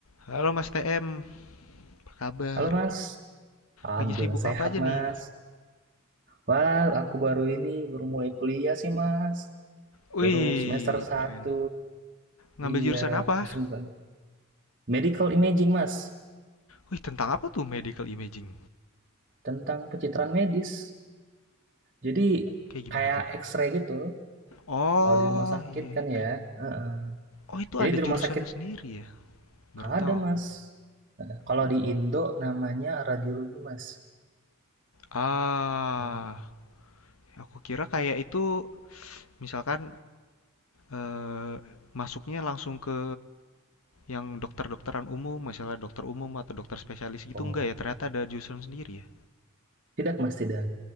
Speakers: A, on the left (about 70°); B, on the right (about 40°).
A: Halo Mas TM, apa kabar?
B: Halo Mas, Alhamdulillah
A: Lagi sibuk apa
B: sehat
A: aja nih?
B: Mas. Wah, aku baru ini, baru mulai kuliah sih Mas.
A: Wih,
B: Baru semester satu.
A: keren. Ngambil
B: Iya,
A: jurusan apa?
B: pusing banget. Medical imaging Mas,
A: Wih, tentang apa tuh medical imaging?
B: tentang pencitraan medis. Jadi
A: Kayak gimana
B: kayak
A: tuh?
B: X-ray gitu,
A: Oh,
B: kalau di rumah sakit
A: iya. iya.
B: kan ya. Heeh.
A: Oh, itu
B: Jadi
A: ada
B: di
A: jurusannya
B: rumah sakit
A: sendiri ya? Baru
B: ada
A: tahu aku.
B: Mas. Heeh. Kalau
A: Hmm.
B: di Indo namanya radiologi Mas.
A: Ah,
B: Heeh.
A: aku kira kayak itu misalkan eh, masuknya langsung ke yang dokter-dokteran umum, misalnya dokter umum atau dokter spesialis gitu
B: Oh,
A: enggak ya? Ternyata ada jurusan sendiri ya?
B: tidak Mas, tidak.